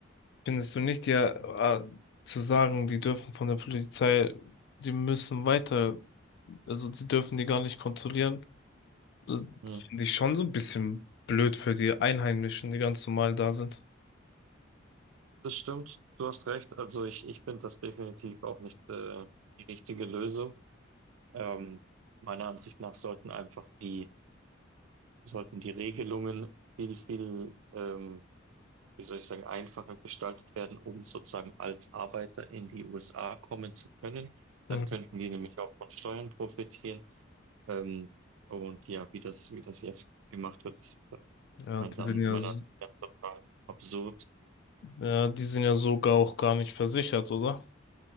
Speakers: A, on the left; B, on the right.
A: Findest du nicht, ja, äh, zu sagen, die dürfen von der Polizei, die müssen weiter, also die dürfen die gar nicht kontrollieren, äh,
B: Hm.
A: finde ich schon so ein bisschen blöd für die Einheimischen, die ganz normal da sind.
B: Das stimmt, du hast recht. Also ich, ich finde das definitiv auch nicht äh, die richtige Lösung. Ähm, meiner Ansicht nach sollten einfach die, sollten die Regelungen viel, viel ähm, wie soll ich sagen, einfacher gestaltet werden, um sozusagen als Arbeiter in die USA kommen zu können. Dann
A: Mhm.
B: könnten die nämlich auch von Steuern profitieren. Ähm, und ja, wie das, wie das jetzt gemacht wird, ist äh,
A: Ja,
B: meiner
A: die
B: An-
A: sind ja,
B: meiner
A: s-
B: Ansicht nach total absurd.
A: ja, die sind ja sogar auch gar nicht versichert, oder?